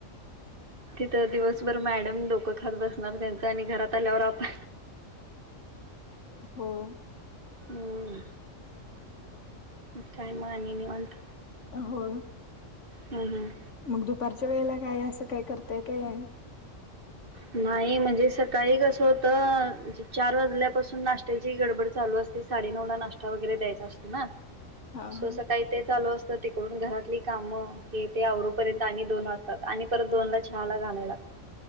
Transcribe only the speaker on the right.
तर दिवसभर मॅडम डोक खात बसणार त्याचं आणि घरात आल्यावर आपण
होय काय म आणि? निवांत
ह, ह
नाही म्हणजे सकाळी कसं होत चार वाजल्यापासून नाश्त्याची गडबड चालू साडेनऊला नाश्ता वगैरे द्यायचा असतो ना
सो
सकाळी ते चालू अस तर तिकडून घरातली कामं हे ते आवरुपर्यंत आणि दोन वाजतात आणि परत दोन ला चहाला घालायला लागत